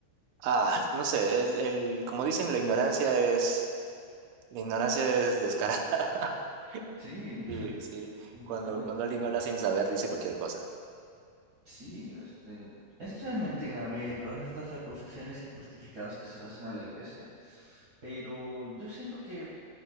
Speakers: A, on the right (about 75°); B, on the right (about 40°).
A: ah, no sé, el, el, como dicen, la ignorancia es, la ignorancia es descarada. <laughs>
B: Sí,
A: Sí,
B: <laughs>
A: sí,
B: completamente.
A: cuando, cuando alguien habla sin saber, dice cualquier cosa.
B: Sí, este, es realmente grave todas estas acusaciones injustificadas que se le hacen a la iglesia, pero yo siento que